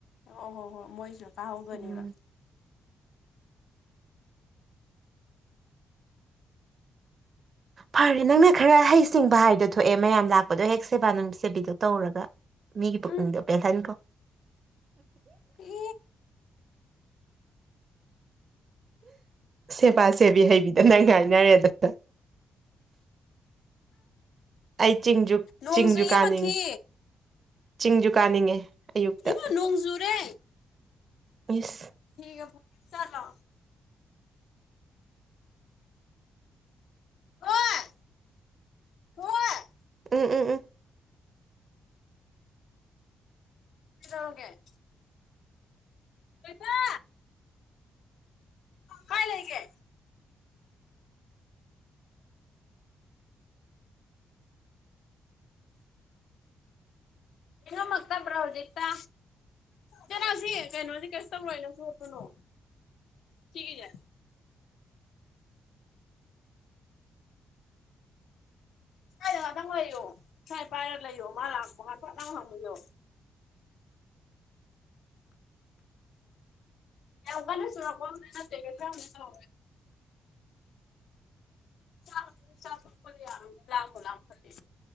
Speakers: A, on the left; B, on the right.
A: ꯑꯣ ꯍꯣ ꯍꯣ ꯃꯣꯏꯁꯨ ꯀꯥꯍꯧꯗꯣꯏꯅꯦꯕ
B: ꯎꯝ ꯐꯔꯦ ꯅꯪꯅ ꯈꯔ ꯍꯩꯁꯤꯡꯕ ꯍꯥꯏꯗꯣ ꯊꯣꯛꯑꯦ ꯃꯌꯥꯝ ꯂꯥꯛꯄꯗꯣ ꯍꯦꯛ ꯁꯦꯕꯥ ꯅꯨꯡ ꯁꯦꯕꯤꯗꯣ ꯇꯧꯔꯒ ꯃꯤꯒꯤ ꯄꯨꯛꯅꯤꯡꯗꯣ
A: ꯎꯝ
B: ꯄꯦꯜꯍꯟꯈꯣ
A: ꯏ
B: ꯁꯦꯕꯥ ꯁꯦꯕꯤ ꯍꯩꯕꯤꯗ ꯅꯪ ꯉꯥꯏꯅꯔꯦꯗꯅ ꯑꯩ ꯆꯤꯡꯖꯨ
A: ꯅꯣꯡ
B: ꯆꯤꯡꯖꯨ
A: ꯆꯨꯏꯌꯦ
B: ꯀꯥꯅꯤꯡ
A: ꯃꯈꯤ
B: ꯆꯤꯡꯖꯨ ꯀꯥꯅꯤꯡꯉꯦ ꯑꯌꯨꯛꯇ
A: ꯏꯃ ꯅꯣꯡꯖꯨꯔꯦ
B: ꯑꯁ
A: ꯐꯤꯒ ꯐ ꯆꯠꯂꯣ ꯊꯣꯏ ꯊꯣꯏ
B: ꯎꯝ ꯎꯝ ꯎꯝ
A: ꯆꯥꯒꯦ ꯊꯣꯢꯕ ꯀꯥꯏ ꯂꯩꯒꯦ
B: <inaudible>
A: ꯅꯤꯉꯝꯃꯛꯇꯕ꯭ꯔꯣꯖꯤꯛꯇ ꯀꯅꯥꯁꯨ ꯌꯦꯡꯀꯅꯨ ꯑꯁꯤ ꯀꯩꯁꯨ ꯇꯧꯔꯣꯢ ꯆꯣꯠꯄꯅꯣ ꯁꯤꯒꯤꯖꯦ
B: <inaudible>
A: ꯁꯥꯏꯗ ꯉꯥꯛꯇꯪ ꯂꯩꯌꯣ ꯁꯥꯏ ꯄꯥꯏꯔ ꯂꯩꯌꯣ ꯃꯥ ꯂꯥꯛꯄ ꯉ ꯄꯣꯠ ꯇꯪ ꯍꯪꯕꯤꯌꯣ
B: <inaudible>
A: ꯌꯥꯝ ꯀꯥꯟ ꯆꯨꯔꯛꯄꯎꯗꯤ ꯅꯠꯇꯦ ꯕꯦꯛꯆꯥꯎꯅꯦ ꯀꯣ ꯆꯥꯛ ꯆ ꯈꯄꯗꯤ ꯌꯥꯔꯕ ꯂꯥꯝꯕꯨ ꯂꯥꯝꯈꯜꯂꯦ